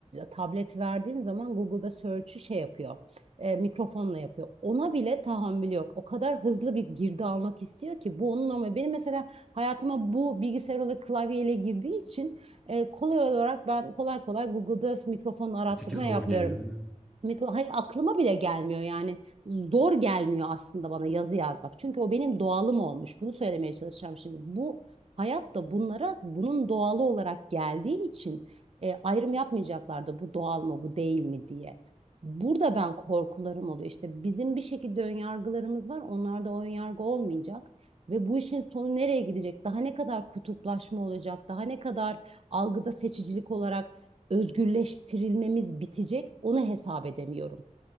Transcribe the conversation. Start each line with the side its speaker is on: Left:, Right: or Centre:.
Right: tablet verdiğim zaman Google'da search'ü şey yapıyor. eee, mikrofonla yapıyor. Ona bile tahammül yok. O kadar hızlı bir girdi almak istiyor ki bu onun ama benim mesela hayatıma bu bilgisayar olarak klavyeyle girdiği için e, kolay olarak ben kolay kolay Google'da mikrofon arattırma
Centre: Öteki zor
Right: yapmıyorum.
Centre: geliyor değil mi?
Right: Mikro, hayır, aklıma bile gelmiyor yani zor gelmiyor aslında bana yazı yazmak. Çünkü o benim doğalım olmuş. Bunu söylemeye çalışacağım şimdi. Bu hayat da bunlara bunun doğalı olarak geldiği için e, ayrım yapmayacaklar da bu doğal mı bu değil mi diye. Burada ben korkularım oluyor. İşte bizim bir şekilde önyargılarımız var. Onlarda o önyargı olmayacak. Ve bu işin sonu nereye gidecek? Daha ne kadar kutuplaşma olacak? Daha ne kadar algıda seçicilik olarak özgürleştirilmemiz bitecek onu hesap edemiyorum.